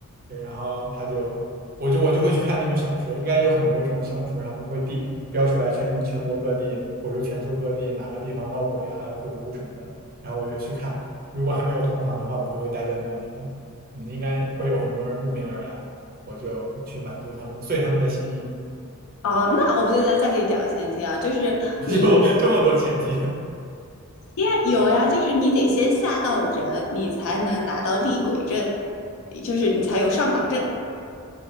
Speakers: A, on the right; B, on the left.
A: 对，然后他就，我就我就会去看那种小说，应该有很多这种小说，然后他们会地标出来全全国各地或者说全球各地哪个地方闹鬼啊、鬼屋什么的，然后我就去看。如果还没有同行的话，我就会待在那个地方，嗯，应该会有很多人慕名而来，我就去满足他们，遂他们的心意，
B: 哦，那我现在再给你讲个前提啊，就是你变
A: <laughs> 就这么多前提。
B: 呀，有呀，就是你得先吓到人，你才能拿到厉鬼证，就是你才有上岗证。